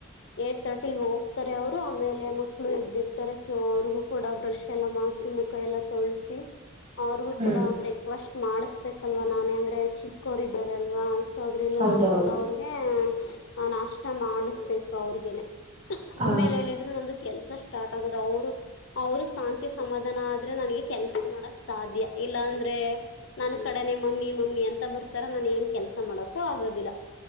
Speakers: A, on the left; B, on the right.
A: ಏಟ್ ತರ್ಟಿ ಹೋಗ್ತಾರೆ ಅವ್ರು ಆಮೇಲೆ ಮಕ್ಳು ಇದದ್ದಿರ್ತಾರೆ ಸೊ ಅವ್ರಿಗೂ ಕೂಡ ಬ್ರಷ್ ಎಲ್ಲ ಮಾಡ ತಸಿ ಮುಖ ಎಲ್ಲ ತೊಳಸಿ ಅವ್ರಿಗೂ
B: ಹ್ಮ್
A: ಕೂಡ ಬ್ರೇಕ್ಫಾಸ್ಟ್ ಮಾಡಿಸ್ಬೇಕಲ್ವಾ ನಾನೇ ಅಂದ್ರೆ ಚಿಕ್ಕೋರು ಇದಾರಲ್ವಾ ಸೊ ಅದ್ರಿಂದ
B: ಹೌದೌದು
A: ನಾನು ಕೂಡ ಅವ್ರಿಗೆ ನಾಷ್ಟ ಮಾಡಿಸ್ಬೇಕು ಅವ್ರಗನೆ
B: ಹಾ
A: ಆಮೇಲೆ ಏನಿದ್ರು ನಂದು ಕೆಲ್ಸ ಸ್ಟಾರ್ಟ್ ಆಗದು ಅವರು ಅವರು ಶಾಂತಿ ಸಮಾಧಾನ ಆದ್ರೆ ನನ್ಗೆ ಕೆಲ್ಸ ಮಾಡಕ್ ಸಾಧ್ಯ ಇಲ್ಲಾ ಅಂದ್ರೆ ನನ್ ಕಡೆ ಮಮ್ಮಿ ಮಮ್ಮಿ ಅಂತ ಬರ್ತಾರ ನಾನನ್ ಏನ್ ಕೆಲಸ ಮಾಡಕೂ ಆಗೋದಿಲ್ಲ